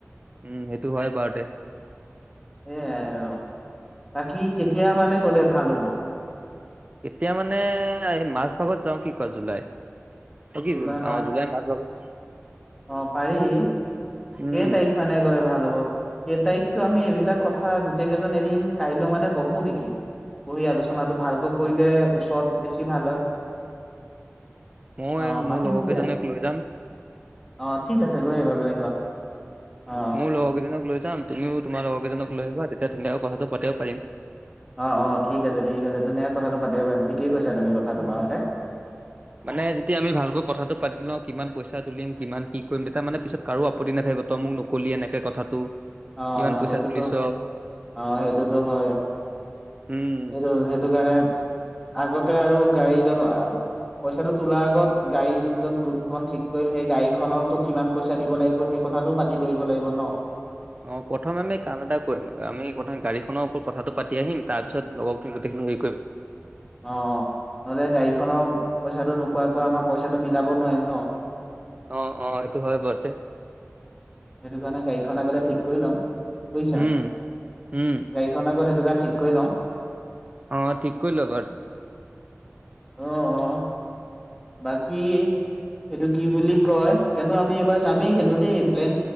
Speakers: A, on the right; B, in the centre.
A: উম সেইটো হয় বাৰতে।
B: সেইয়াই আৰু বাকী কেতিয়া মানে গলে ভাল হ'ব।
A: এতিয়া মানে এই মাছ ভাগত যাওঁ কি কয় জুলাই। <unintelligible>
B: জুলাই মাহ
A: অ জুলাই মাজ ভাগত।
B: অ পাৰি কেই
A: উম
B: তাৰিখ মানে গ'লে ভাল হ'ব কেই তাৰিখ। ত আমি এইবিলাক কথা গোটেই কেইজন এদিন কাইলৈ মানে বহো নেকি? পঢ়ি আলোচনাটো ভালকৈ কৰিলে ওচৰত বেছি ভাল হয়।
A: ময়
B: অ
A: মোৰ
B: মাতিম
A: লগৰ
B: দিয়া
A: কেইজনীক লৈ যাম।
B: অ ঠিক আছে লৈ আহিবা লৈ আহিবা। অ
A: ময়ো লগৰ কেইজনক লৈ যাম তুমিও তোমাৰ লগৰ কেইজনক লৈ আহিবা। তেতিয়া ধুনীয়াকৈ কথাটো পাতিব পাৰিম।
B: অ অ ঠিক আছে ঠিক আছে ধুনীয়াকে কথাটো পাতি পাৰিমম ঠিকেই কৈছা তুমি কথাটো
A: উম
B: বাৰুতে
A: মানে যেতিয়া আমি ভালকৈ কথাটো পাতি লওঁ। কিমান পইচা তুলিম কিমান কি কৰিম তেতিয়া মানে পিছত কাৰো আপতি নাথাকিব তই মোক নকললি এনেকে কথাটো।
B: অ
A: ইমান পইচা
B: সেইটোতো
A: তুলিছ
B: অ সেইটোতো হয়।
A: উম
B: সেইটো সেইটো কাণে আগতে আৰু গাড়ী জনোৱা। পইচাটো তোলাৰ আগত গাড়ী যোনজন গুৰুখন ঠিক কৰিম সেই গাড়ীখনতো কিমান পইচা দিব লাগিব সেই। কথাটো পাতি লইব লাইব ন।
A: অ প্ৰথম আমি কাম এটা কৰিম আমি প্ৰথম গাড়ীখনৰ ওপৰত কথাটো পাতি আহিম তাৰ পিছত লগ গোটেইখিনি। সেই কইম।
B: অ অ নহলে গাড়ীখনৰ পইচাটো নোকোৱাকৈ আমাৰ পইচাটো মিলাব নোৱাৰিম ন।
A: অ অ সেইটো হয় বৰতে,
B: হেকাণে গাড়ীখন আগতে ঠিক কৰি লম বুইছা
A: উম উম
B: গাড়ীখন আগতে হেতুকান ঠিক কৰি লওঁ।
A: অ ঠিক কৰি ল'বত।
B: অহ অহ বাকি এইটো কি বুলি কয় কিন্তু আমি এইবাৰ যামেই কিন্তু দেই প্লেন